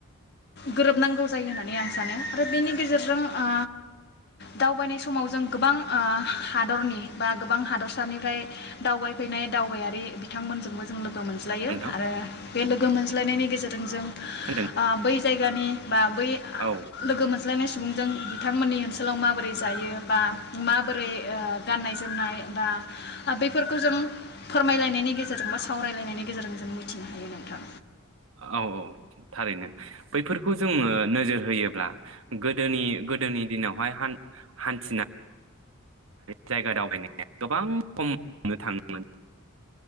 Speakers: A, on the left (about 50°); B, on the right (about 70°).
A: गोरोबनांगौ जायो होननानै आं सानो आरो बेनि गेजेरजों ओ दावबायनाय समाव जों गोबां ओ हादरनि बा गोबां हादरसानिफ्राय दावबायफैनाय दावबायारि बिथांमोनजोंबो जों लो लोगो मोनज्लायो
B: नोंथां
A: आरो बे लोगो मोन लायनायनि गेजेरजों जों
B: खोनादों
A: ओ बै जायगानि बा बै
B: औ
A: लोगो मोन ज्लायनाय सुबुंजों बिथांमोननि ओनसोलाव माबोरै जायो बा माबोरै ओ गाननाय जोमनाय बा बेफोरखौ जों फोरमायलायनायनि गेजेरजों बा सावरायलायनायनि गेजेरजों जों मिथिनो हायो नोंथां
B: औ औ थारैनो बैफोरखौ जोंनो नोजोर होयोब्ला गोदोनि गोदोनि दिनावहाय हान- हान्थिना जायगा दावबायनाया गोबां खम नुनो थाङोमोन